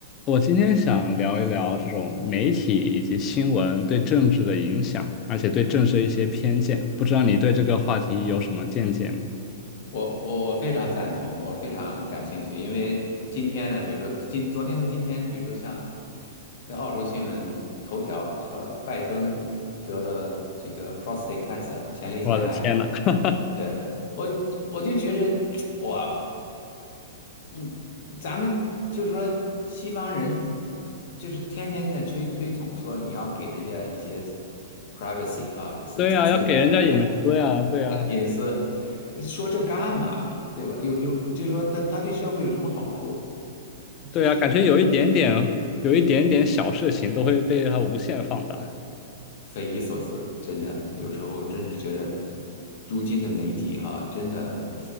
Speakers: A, on the left; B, on the left.
A: 我今天想聊一聊这种媒体以及新闻对政治的影响，而且对政治的一些偏见。不知道你对这个话题有什么见解吗？
B: 我我我非常赞同，我非常感兴趣，因为今天呢，比如说今昨天和今天，比如说像那澳洲新闻头条说拜登得了这个 prostate cancer 前列腺癌，
A: 我的天呐，<laughs>
B: 对，我我就觉着哇。嗯，咱们就是说，西方人就是天天在推推崇说你要给人家一些 privacy 啊，自自自由空间，
A: 对呀，要给人家隐私呀，对呀，
B: 哎，隐私，说这干嘛嘛，对吧？又又就是说他他对社会有什么好处？
A: 对呀，
B: 这是真的，
A: 感觉有一点点，有一点点小事情都会被它无限放大。
B: 嗯匪夷所思，真的，有时候真是觉得，如今的媒体哈、真的，